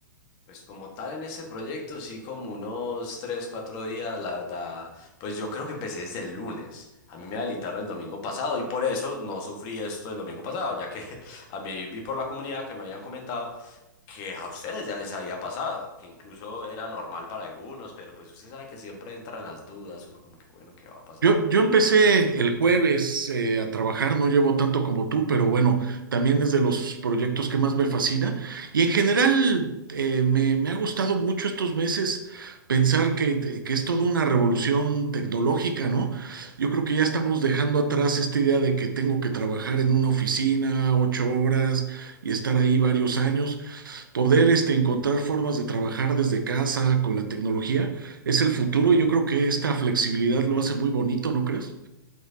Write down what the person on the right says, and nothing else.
Yo,
yo empecé el jueves eh, a trabajar, no llevo tanto como tú, pero bueno, también es de los proyectos que más me fascina. Y en general eh, me, me ha gustado mucho estos meses pensar que, te- que es toda una revolución tecnológica, ¿no? Yo creo que ya estamos dejando atrás esta idea de que tengo que trabajar en una oficina ocho horas y estar ahí varios años. Poder este, encontrar formas de trabajar desde casa con la tecnología es el futuro y yo creo que esta flexibilidad lo hace muy bonito, ¿no crees?